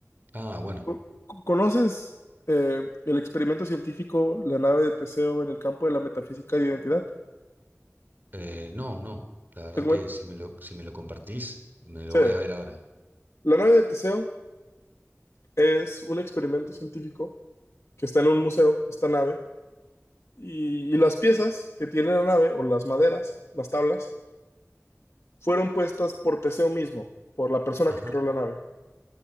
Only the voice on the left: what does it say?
¿Tú co- ¿Conoces eh, el experimento científico, la nave de Teseo en el campo de la metafísica de identidad?
Te comento.
Sí.
La nave de Teseo es un experimento científico que está en un museo, esta nave, y, y las piezas que tiene la nave, o las maderas, las tablas, fueron puestas por Teseo mismo, por la persona
que creó la nave.